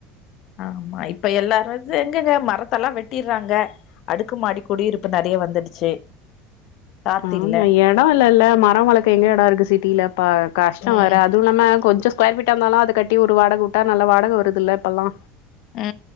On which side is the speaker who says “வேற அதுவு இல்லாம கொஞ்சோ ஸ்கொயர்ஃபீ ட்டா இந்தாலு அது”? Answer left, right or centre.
Left